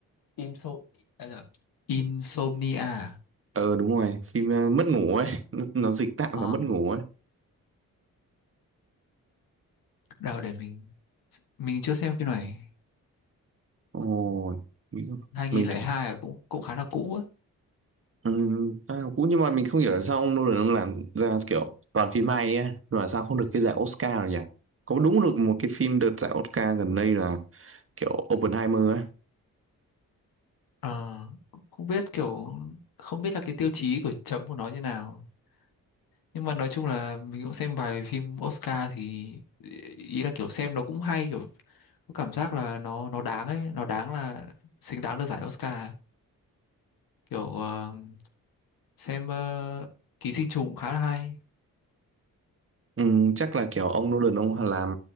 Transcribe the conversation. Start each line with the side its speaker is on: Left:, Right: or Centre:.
Left: Imso à, dạ. Insomnia
Right: Ờ đúng rồi Phim ờ, mất ngủ ấy Nó, nó dịch tạm
Left: Ờ,
Right: là mất ngủ ấy
Left: đâu để mình mình chưa xem phim này
Right: Ồ Mình,
Left: 2002
Right: mình th-
Left: à, cũng cũng khá là cũ
Right: ừm, à, cũng nhưng mà mình không hiểu là sao ông Nolan ông làm ra kiểu toàn phim hay ấy Mà sao không được cái giải Oscar rồi nhỉ? Có đúng được một cái phim đợt giải Oscar gần đây là kiểu Oppenheimer ấy
Left: Ờ, không biết kiểu không biết là cái tiêu chí của chấm của nó như nào nhưng mà nói chung là mình cũng xem vài phim Oscar thì ý là kiểu xem nó cũng hay kiểu có cảm giác là nó nó đáng ấy nó đáng là xứng đáng được giải Oscar kiểu ờ, xem ờ, Ký sinh trùng cũng khá là hay
Right: Ừ, chắc là kiểu ông Nolan ông làm